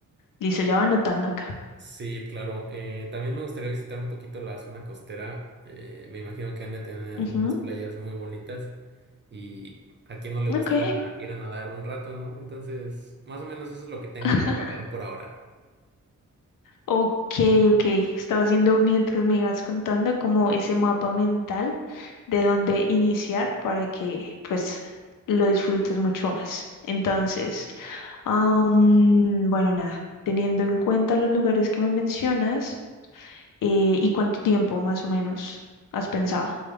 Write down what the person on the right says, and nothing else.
Sí, claro. Eh, también me gustaría visitar un poquito la zona costera. Eh, me imagino que han de tener
unas playas muy bonitas y a quien no le
gusta ir a nadar un rato, ¿no? Entonces, más o menos eso es lo que tengo
en mi radar por ahora.